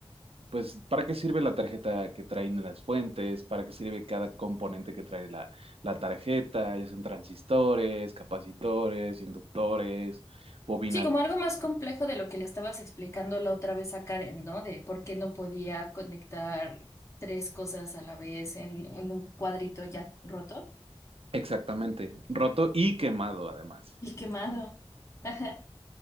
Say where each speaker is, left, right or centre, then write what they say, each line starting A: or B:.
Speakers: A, on the right; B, on the left.
A: pues, ¿para qué sirve la tarjeta que traen las fuentes? ¿Para qué sirve cada componente que trae la, la tarjeta? Ya son transistores, capacitores, inductores, bobinas.
B: Sí, como algo más complejo de lo que le estabas explicando la otra vez a Karen, ¿no? De por qué no podía conectar tres cosas a la vez en, en un cuadrito ya roto
A: Exactamente, roto y quemado además.
B: y quemado. Ajá.